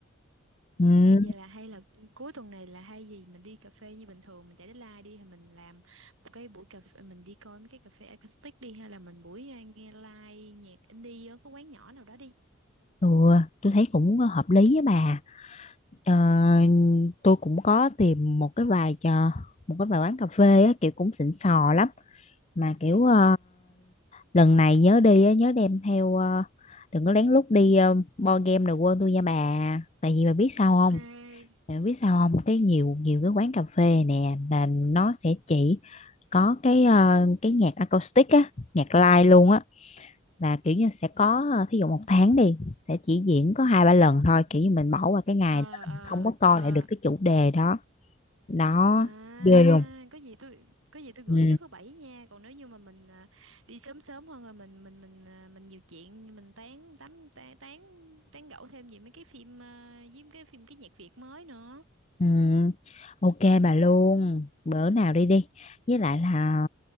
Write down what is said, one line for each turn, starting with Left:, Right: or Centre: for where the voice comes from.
Left: ừ,
Right: Ê, vậy là hay là cuối tuần này là hay gì mình đi cà phê như bình thường mình chạy deadline đi thì mình làm một cái buổi cà phê mình đi coi mấy cái cà phê acoustic đi hay là mình buổi à, nghe live nhạc indie ở cái quán nhỏ nào đó đi
Left: ừ tôi thấy cũng hợp lý á bà Ờ, tôi cũng có tìm một cái vài chờ một cái vài quán cà phê á, kiểu cũng xịn sò lắm mà kiểu ờ, lần này nhớ đi á, nhớ đem theo ờ, đừng có lén lút đi ờ, board game rồi quên tôi nha bà tại vì bà biết sao không
Right: ok
Left: tại vì biết sao không cái nhiều nhiều cái quán cà phê nè là nó sẽ chỉ có cái ờ, cái nhạc acoustic á nhạc live luôn á là kiểu như sẽ có ờ, thí dụ một tháng đi sẽ chỉ diễn có hai ba lần thôi kiểu như mình bỏ qua cái ngày
Right: ờ
Left: đó
Right: ờ
Left: mình không có coi
Right: ờ
Left: lại được cái chủ đề đó đó
Right: à
Left: ghê luôn
Right: có gì tôi có gì tôi gửi
Left: ừ
Right: trước thứ bảy nha còn nếu như mà mình à, đi sớm sớm hơn là mình mình mình à, mình nhiều chuyện mình tán tán tán tán tán gẫu thêm về mấy cái phim à, với mấy cái phim cái nhạc Việt mới nữa
Left: Ừ, ok bà luôn bữa nào đi đi với lại là